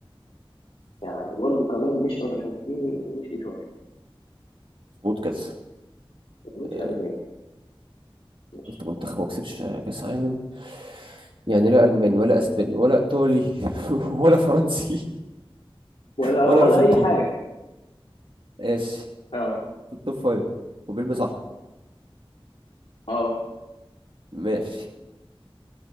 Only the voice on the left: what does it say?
يعني برضه كمان مش ارجنتيني ومش ايطالي
ومش
الماني مش
ولا
ولا
اي حاجه
اه
اه